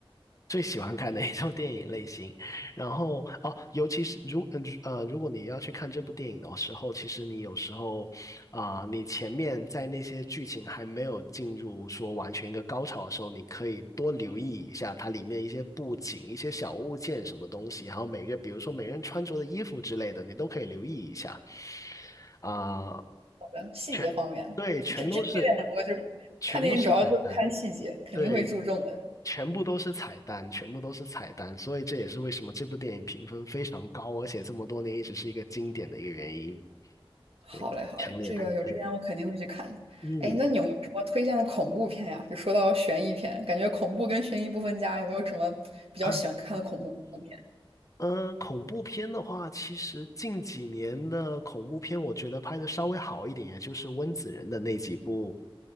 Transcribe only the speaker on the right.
好觉得细节方面，
这这这点我就是看电影主要就是看细节，
肯定会注重的。
好嘞，
好嘞，
这个有时间我肯定会去看。
哎，那你有没有什么推荐的恐怖片呀？就说到悬疑片，感觉恐怖跟悬疑不分家，有没有什么比较喜欢看的恐怖片？